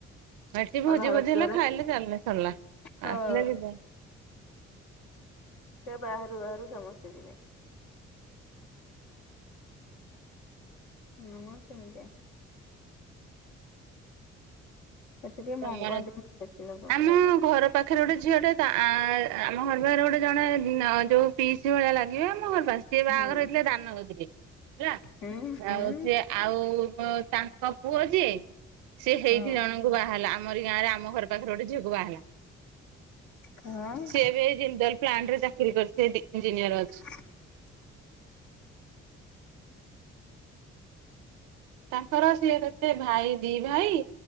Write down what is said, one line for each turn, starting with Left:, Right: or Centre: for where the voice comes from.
Right: ଏଠି ଭୋଜି
Left: ଆଉ ଘର
Right: ଫୋଜି
Left: ଦ୍ୱାର
Right: ହେଲେ ଖାଇଲେ ଚାଲିଲେ ସରିଲା
Left: ହଁ
Right: ଆସିଲେ କେତେ
Left: ସେ ବାହାରୁ ବାହାରୁ ସମସ୍ତେ ଯିବେ। ହଁ ମ ସେମିତିଆ। ସେଠି ଟିକେ
Right: ତମର
Left: ମଙ୍ଗନ୍ତିନି ବେଶୀ ଲୋକ।
Right: ଆମ ଘର ପାଖରେ ଗୋଟେ ଝିଅଟେ ତା ଆ ଆମ ଘର ପାଖରେ ଗୋଟେ ଜଣେ ଯୋଉ ପିଇସି ଭଳିଆ ଲାଗିବେ ଆମ ଘର ପାଖରେ। ସିଏ ବାହାଘର
Left: ହୁଁ
Right: ହେଇଥିଲେ ଦାନଗଦି ରେ ହେଲା
Left: ହୁଁ ହୁଁ
Right: ଆଉ ସେ ଆଉ ତାଙ୍କ ପୁଅ ଯିଏ ସେ ହେଇଠି
Left: ହଁ
Right: ଜଣଙ୍କୁ ବାହା ଆମରି ଗାଁ ରେ ଆମ ଘର ପାଖରେ ଗୋଟେ ଝିଅକୁ ବାହାହେଲା
Left: ହଁ
Right: ସିଏ ସିଏ ଏ ଜିନ୍ଦଲ ପ୍ଲାଣ୍ଟ ରେ ଚାକିରି କରିଚି ଇଞ୍ଜିନିୟର ଅଛି।
Left: <inaudible>
Right: ତାଙ୍କର ସିଏ କେତେ ଭାଇ ଦି ଭାଇ